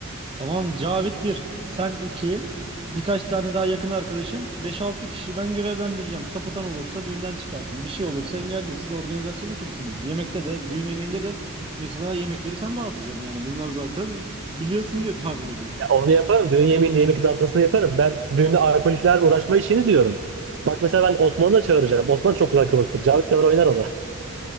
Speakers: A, on the right (about 25°); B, on the right (about 60°).
A: Tamam Cavit bir, sen iki, birkaç tane daha yakın arkadaşım. beş altı kişiyi ben görevlendireceğim. Sapıtan olursa düğünden çıkartın. Bir şey olursa engelleyin. Siz organizasyon ekibisiniz. Yemekte de, düğün yemeğinde de mesela yemekleri sen dağıtacaksın yani. Bunlar zaten biliyorsun diye tahmin ediyorum.
B: Ya onu yaparım. Düğün yemeğini yemek dağıtmasını yaparım. Ben düğünde alkoliklerle uğraşma işini diyorum. Bak mesela ben Osman'ı da çağıracağım. Osman çok güzel kıvırtır. Cavit kadar oynar o da. <laughs>